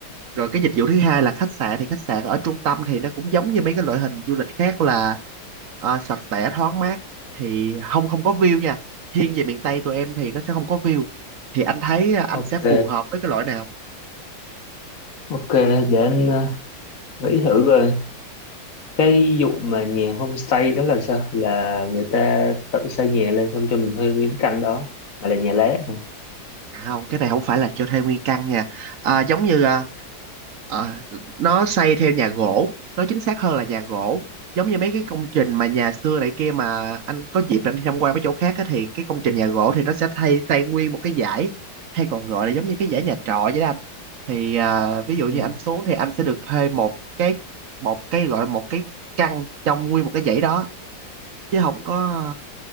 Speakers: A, on the right (about 55°); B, on the left (about 50°).
A: rồi cái dịch vụ thứ hai là khách sạn thì khách sạn ở trung tâm thì nó cũng giống như mấy cái loại hình du lịch khác là ờ, sạch sẽ thoáng mát thì không không có view nha thiên về miền Tây tụi em thì nó sẽ không có view thì anh thấy ờ, anh
B: Ok.
A: sẽ phù hợp với cái loại nào
B: Ok, để anh ờ, nghĩ thử rồi. cái vụ mà nhà homestay đó là sao là người ta tự xây nhà lên xong cho mình thuê miếng căn đó mà là nhà lá hả
A: À không cái này không phải là cho thuê nguyên căn nha à, giống như à, à, nó xây theo nhà gỗ nó chính xác hơn là nhà gỗ giống như mấy cái công trình mà nhà xưa này kia mà anh có dịp anh đi tham quan mấy chỗ khác á, thì cái công trình nhà gỗ thì nó sẽ thay xây nguyên một cái dãy hay còn gọi là giống như cái dãy nhà trọ vậy đó anh thì à, ví dụ
B: Ừ.
A: như anh xuống thì anh sẽ được thuê một cái một cái gọi là một cái căn trong nguyên một cái dãy đó chứ không có